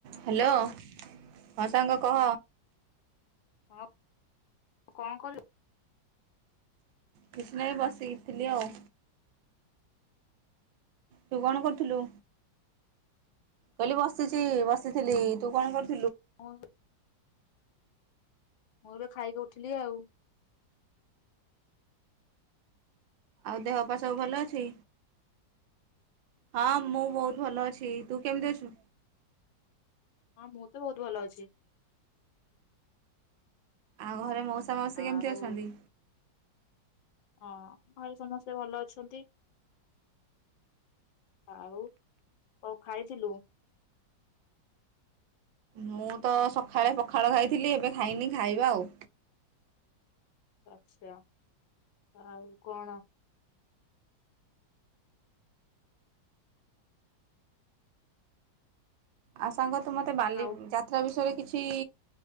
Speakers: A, on the right; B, on the left.
A: Hello
B: ହଉ
A: ହଁ ସାଙ୍ଗ କହ।
B: କଣ କଣ କର୍
A: କିଛି ନାଇ ବସିକିଥିଲି ଆଉ। ତୁ କଣ କରୁଥିଲୁ? କହିଲି ବସିଛି ବସି ଥିଲି ତୁ କଣ କରୁ
B: ହ। ମୁଁ ଏବେ ଖାଇକି ଉଠିଲି ଆଉ।
A: ଆଉ ଦେହପା ସବୁ ଭଲ ଅଛି? ହଁ ମୁଁ ବହୁତ ଭଲ ଅଛି। ତୁ କେମିତି ଅଛୁ?
B: ହଁ ମୁଁ ତ ବହୁତ ଭଲ ଅଛି।
A: ଆଉ ଘରେ ମୋ ସମସ୍ତେ
B: ଆଉ
A: କେମିତି ଅଛନ୍ତି?
B: ହଁ ଘରେ ସମସ୍ତେ ଭଲ ଅଛନ୍ତି, ଆଉ କଣ ଖାଇଥିଲୁ?
A: ମୁଁ ତ ସଖାଳେ ପଖାଳ ଖାଇଥିଲି ଏବେ ଖାଇନି ଖାଇବା ଆଉ।
B: ଆଚ୍ଛା, ଆଉ କଣ?
A: ଆଉ ସାଙ୍ଗ ତୁ ମୋତେ ବାଲି
B: ଆଉ
A: ଯାତ୍ରା ବିଷୟରେ କିଛି